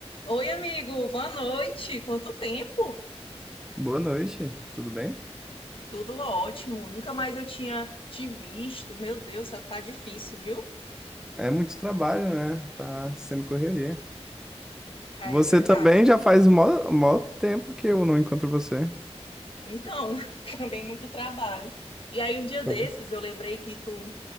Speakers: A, on the left; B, in the centre.
A: Oi, amigo, boa noite. Quanto tempo?
B: Boa noite, tudo bem?
A: Tudo ótimo. Nunca mais eu tinha te visto. Meu Deus, tá difícil, viu?
B: É muito trabalho, né? Tá sendo correria.
A: É,
B: Você
A: é verdade.
B: também já faz mó, mó tempo que eu não encontro você.
A: Então, <laughs> também muito trabalho. E aí, um dia desses,
B: Tá bom.
A: eu lembrei que tu